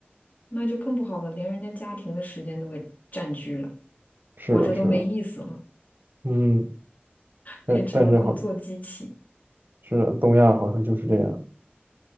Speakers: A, on the left; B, on the right.
A: 那就更不好了，连人家家庭的时间都给占据了，
B: 是的，
A: 我这都没意思了，
B: 是的，嗯，
A: 变成了工作机器。
B: 但但是好，是的，东亚好像就是这样。